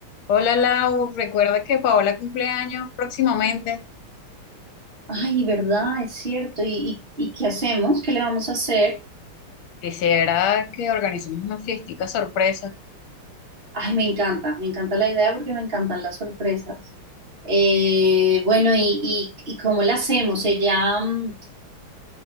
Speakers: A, on the left (about 75°); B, on the right (about 25°).
A: Hola Lau, recuerda que Paola cumple años próximamente.
B: Ay, ¿verdad? Es cierto. ¿Y, y, y qué hacemos? ¿Qué le vamos a hacer?
A: Quisiera que organicemos una fiestica sorpresa.
B: Ay, me encanta, me encanta la idea porque me encantan las sorpresas. Eh, bueno, ¿y, y, y cómo la hacemos? Ella, mm,